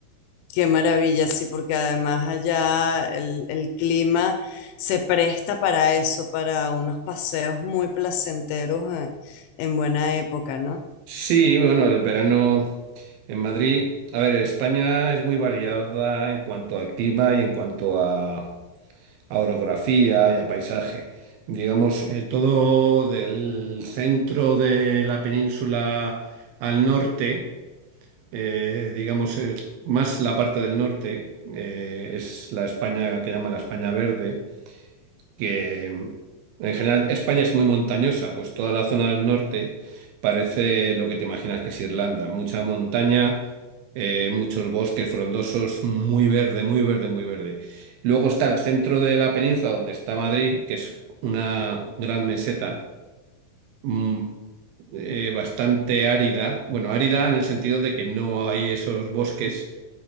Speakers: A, on the left; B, on the right.
A: Qué maravilla, sí, porque además allá el, el clima se presta para eso, para unos paseos muy placenteros eh, en buena época, ¿no?
B: Sí, bueno, el verano en Madrid. A ver, España es muy variada en cuanto a clima y en cuanto a, a orografía y a paisaje. Digamos, eh, todo del centro de la península al norte. eh, digamos, es más la parte del norte, eh, es la España que llama la España Verde, que mm, en general España es muy montañosa, pues toda la zona del norte parece lo que te imaginas que es Irlanda, mucha montaña, eh, muchos bosques frondosos, muy verde, muy verde, muy verde. Luego está el centro de la península donde está Madrid, que es una gran meseta mm, eh, bastante árida. Bueno, árida en el sentido de que no hay esos bosques,